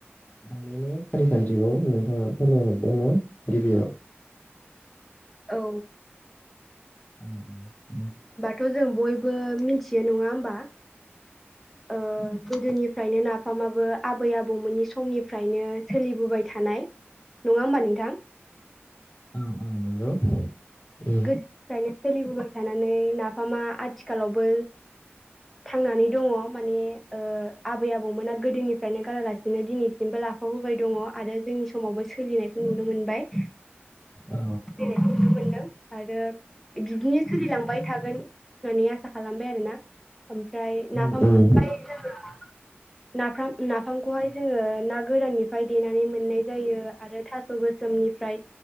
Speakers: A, on the left; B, in the centre.
A: बानायनाय खारिखान्थिखौ नोंथाङा फोरमायहरदों न गिबियाव <inaudible>
B: औ
A: अ दे
B: थ' जों बयबो मिथियो नङा होमबा ओ गोदोनि फ्रायनो नाफामाबो आबै आबौमोननि समनिफ्रायनो सोलिबोबाय थानाय नङा होमबा नोंथां
A: औ नंगौ उम
B: गोदोनिफ्रायनो सोलिबोबाय थानानै नाफामा आथिखालावबो थांनानै दङ माने आबै आबौमोना गोदोनिफ्रायनो गारालासिनो दिनैसिमबो जा लाफाबोबाय दङ आरो जोंनि समावबो सोलिनायखौ नुनो मोनबाय
A: औ
B: नायखौ नुनो मोनदों आरो बिदिनो सोलिलांबाय थागोन। होननानै आसा खालामबाय आरो ना ओमफ्राय
A: उम
B: नाफाम
A: उम
B: <unintelligible> नाफाम नाफामखौहाय जोङो ना गोदाननिफ्राय देनानै मोननाय जायो आरो थास' गोसोमनिफ्राय